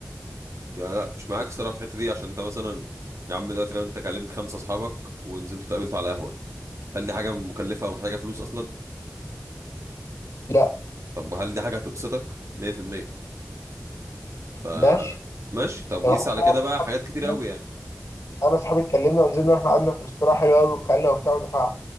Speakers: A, on the right; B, on the left.
A: يعني لا مش معاك الصراحه في الحته دي عشان انت مثلا يا عم دلوقتي لو انت كلمت خمسه اصحابك ونزلتوا اتقابلتوا على قهوه هل دي حاجه مكلفه ومحتاجه فلوس اصلا
B: لا
A: طب وهل دي حاجه هتبسطك 100% ف
B: ماشي
A: ماشي طب
B: طب
A: وقيس
B: هات
A: على
B: بقى
A: كده بقى
B: أصحاب-
A: حاجات كتير قوي يعني
B: انا اصحابي اتكلمنا ونزلنا واحنا قعدنا في ريستوران حلو قوي واتكلمنا وبتاع ودفعت